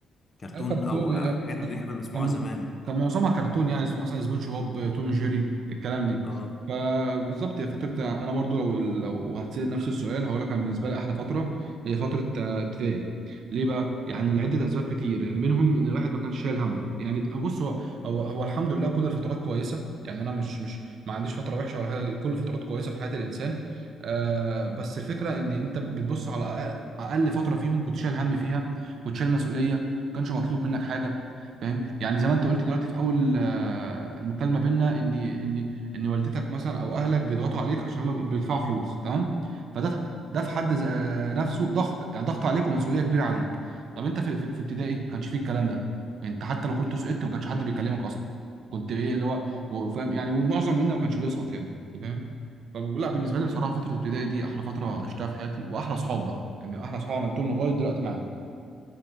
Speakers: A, on the left; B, on the right.
A: كرتون
B: اي كرتون
A: او آه، حاجات من اللي احنا كنا بنسمعوها
B: كان
A: زمان
B: كان معظمها كرتون يعني زي مثلا سبونج بوب توم جيري الكلام دي
A: اه
B: فبالظبط هي فترة أنا برضو لو لو هتسأل نفس السؤال هقول لك أنا بالنسبة لي أحلى فترة هي فترة آه، ابتدائي ليه بقى؟ يعني لعدة أسباب كتير يعني منهم إن الواحد ما كانش شايل هم يعني بص هو هو هو الحمد لله كل الفترات كويسة يعني أنا مش مش ما عنديش فترة وحشة ولا حاجة كل الفترات كويسة في حياة الإنسان آه بس الفكرة إن أنت بتبص على أقل أقل فترة فيهم كنت شايل هم فيها كنت شايل مسؤولية ما كانش مطلوب منك حاجة فاهم يعني زي ما انت قلت دلوقتي في اول آه، المكالمه بينا ان ان ان والدتك مثلا او اهلك بيضغطوا عليك عشان هم بيدفعوا فلوس تمام فده ده في حد ذ- آه، نفسه ضغط يعني ضغط عليك ومسؤوليه كبيره عليك طب انت في في في ابتدائي ما كانش فيه الكلام ده انت حتى لو كنت سقطت ما كانش حد بيكلمك اصلا كنت ايه اللي هو هو فاهم يعني والمعظم منا ما كانش بيسقط يعني انت فاهم فلا بالنسبه لي بصراحه فتره الابتدائي دي احلى فتره عشتها في حياتي واحلى اصحاب بقى يعني احلى اصحاب عملتهم لغايه دلوقتي معايا